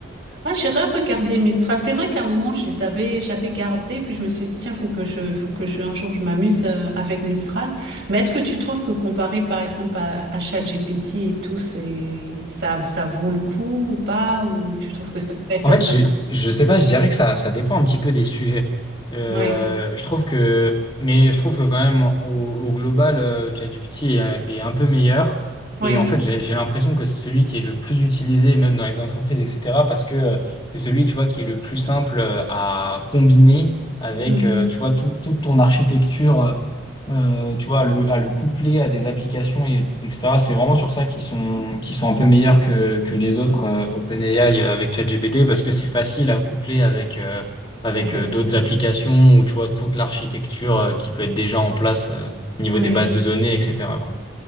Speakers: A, on the right (about 55°); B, on the left (about 25°).
A: Ah, j'irai regarder Mistral. C'est vrai qu'à un moment, je les avais, j'avais gardés, puis je me suis dit, tiens, faut que je, faut que je, un jour, je m'amuse euh, avec Mistral. Mais est-ce que tu trouves que comparé, par exemple, à, à ChatGPT et tout, c'est, ça, ça vaut le coup ou pas? Ou tu trouves que ça pète
B: En
A: la
B: fait,
A: serpe?
B: je, je sais pas, je dirais que ça, ça dépend un petit peu des sujets. Euh,
A: Oui,
B: je trouve que, mais je trouve que quand même, au, au global, euh, ChatGPT est, est un peu meilleur.
A: oui.
B: Et en fait, j'ai, j'ai l'impression que c'est celui qui est le plus utilisé, même dans les entreprises, etc. Parce que euh, c'est celui, tu vois, qui est le plus simple euh, à combiner avec,
A: Mhm.
B: euh, tu vois, tout- toute ton architecture. euh, euh, tu vois, à le, à le coupler à des applications, et, etc. C'est vraiment sur ça qu'ils sont, qu'ils sont un peu meilleurs que, que les autres euh, OpenAI euh, avec ChatGPT parce que c'est facile à coupler avec, euh, avec
A: Avec,
B: euh, d'autres applications ou tu vois, toute l'architecture euh, qui peut être déjà en place euh, au niveau
A: oui.
B: des bases de données, etc. quoi.